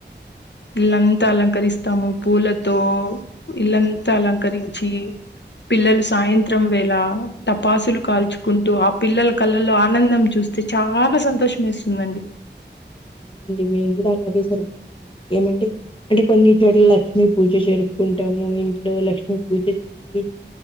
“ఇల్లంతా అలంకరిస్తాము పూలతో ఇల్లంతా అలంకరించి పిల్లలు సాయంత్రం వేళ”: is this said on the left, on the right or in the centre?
Left